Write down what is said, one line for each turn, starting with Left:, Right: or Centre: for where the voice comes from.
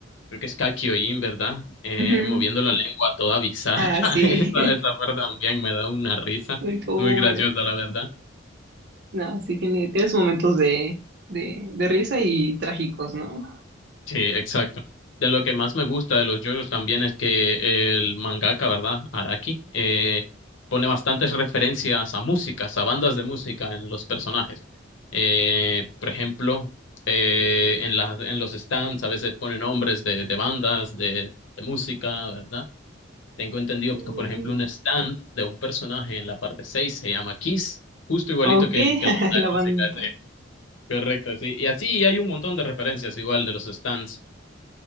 Left: creo que es Kakyoin, ¿verdad? Eh,
Right: Ujú.
Left: moviendo la lengua toda bizarra.
Right: Ah, sí.
Left: <laughs> Esa, esa parte también me da una risa.
Right: <laughs> Como
Left: Muy graciosa, la verdad.
Right: No, sí tiene, tienes momentos de, de, de risa y trágicos, ¿no?
Left: Sí, exacto. De lo que más me gusta de los JoJo's también es que el mangaka, ¿verdad? Araki, eh, pone bastantes referencias a músicas, a bandas de música en los personajes. Eh, por ejemplo, eh, en la- en los stands a veces pone nombres de, de bandas, de, de música, ¿verdad? Tengo entendido
Right: Sí,
Left: que,
Right: sí,
Left: por ejemplo,
Right: sí.
Left: un stand de un personaje en la parte 6 se llama Kiss, justo igualito
Right: Ok,
Left: que el que
Right: <laughs>
Left: la banda
Right: la
Left: de
Right: banda.
Left: música. sí. Correcto, sí. Y así hay un montón de referencias igual de los stands.